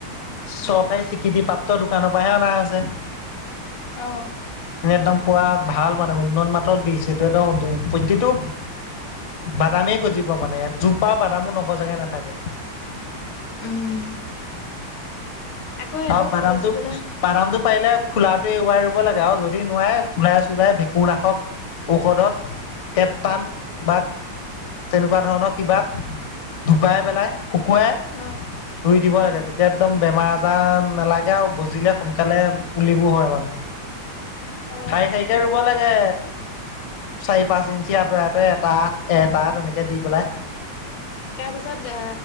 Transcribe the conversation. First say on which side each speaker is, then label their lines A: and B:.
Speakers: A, on the left (about 50°); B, on the left (about 70°).
A: চৰকাৰী স্বীকৃতিপ্ৰাপ্ত দোকানৰ পৰাহে অনা হৈছে।
B: অ।
A: <inaudible> একদম পৰা ভাল মানে উন্নত মাতৰ বিজ সেইটো একদম প্ৰত্যটো। বাদামেই গজিব মানে এজোপা বাদামো নগজাকে নাথাকে।
B: উম আকৌ সেইটো
A: আও বাদামটো।
B: বেচিবলৈ
A: বাদামটো পাৰিলে খোলাটোৱে ওৱাই ৰুব লাগে আৰু যদি নোৱাৰে খোলাই চুলাই ভেকু ৰাখক। ঔষধত কেপ্তান বাট। তেনেকুৱা ধৰণৰ কিবা ধুপাই পেলাই শুকুৱাই।
B: অ
A: ৰুই দিব
B: অ
A: লাগে তেতিয়া একদম বেমাৰ আজাৰ নালাগে আও। বুজিলে সোনকালে পুলিবোৰ হয় মানে
B: অ
A: খাই শাৰীকে ৰু ব লাগে চাৰি পাঁচ ইঞ্চি আঁতৰে আঁটৰে এটা এটা তেনেকে দি পেলাই।
B: তাৰ পিছত আ